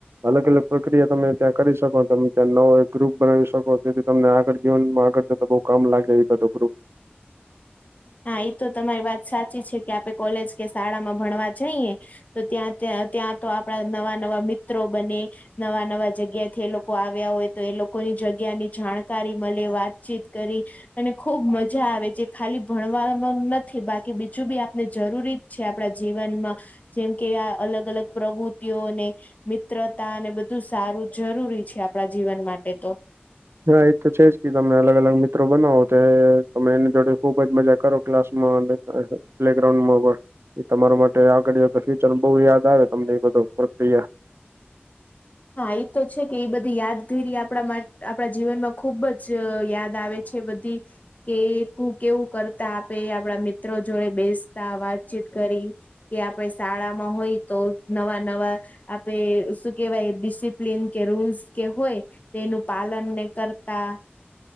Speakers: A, on the right; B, on the left.
A: અલગ-અલગ પ્રક્રિયા તમે ત્યાં કરી શકો તમે ત્યાં નવો એક ગ્રુપ બનાવી શકો જેથી તમને આગળ જીવનમાં આગળ તો બઉ કામ લાગે એ બધું ગ્રુપ.
B: હા એ તો તમારી વાત સાચી છે કે આપે કોલેજ કે શાળામાં ભણવા જઈએ તો ત્યાં ત્યાં ત્યાં તો આપણા નવા નવા મિત્રો બને. નવા-નવા જગ્યાથી એ લોકો આવ્યા હોય તો એ લોકોની જગ્યાની જાણકારી મળે વાતચીત કરી અને ખુબ મજા આવે જે ખાલી ભણવાનું નથી બાકી બીજું બી આપણે જરૂરી છે આપણા જીવનમાં. જેમ કે આ અલગ અલગ પ્રવૃતિઓને અને મિત્રતા અને બધું સારું જરૂરી છે આપણા જીવન માટે તો.
A: હા એ તો છે જ કે તમને અલગ-અલગ મિત્રો બનાવો તો તમે એની જોડે ખુબ જ મજા કરો ક્લાસમાં અને પ્લેગ્રાઉન્ડ માં પણ. એ તમારો માટે આગળ જતા ફ્યુચર બહુ યાદ આવે તમને એ બધો પ્રક્રિયા.
B: હા એ તો છે કે એ બધી યાદગીરી આપણા આપણા જીવનમાં ખુબ જ યાદ આવે. છે બધી. કે કુ કેવું કરતા આપે આપડા મિત્રો જોડે બેસતા વાતચીત કરી. કે આપણે શાળામાં હોય તો નવા-નવા આપે શું કેવાય ડિસિપ્લીન કે રૂલ્સ કે હોય તેનું પાલન ને કરતા.